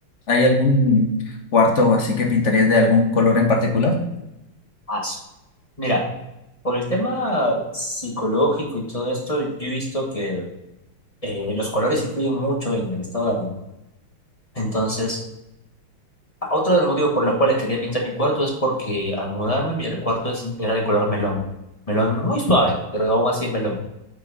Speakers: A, on the left (about 40°); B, on the left (about 20°).
A: ¿hay algún cuarto así que pintarías de algún color en particular?
B: Ah, su- Mira, por el tema psicológico y todo esto, yo he visto que eh, los colores influyen mucho en el estado de ánimo. Entonces, a- otro de los motivos por los cuales quería pintar mi cuarto es porque al mudarme mi- el cuarto es- era de color melón. Melón muy suave, pero aún así es melón.